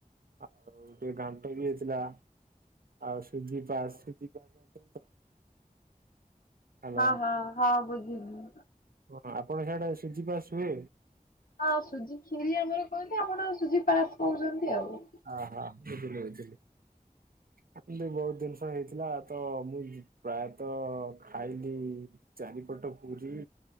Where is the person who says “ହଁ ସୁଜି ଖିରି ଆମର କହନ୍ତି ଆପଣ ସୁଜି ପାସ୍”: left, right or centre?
Left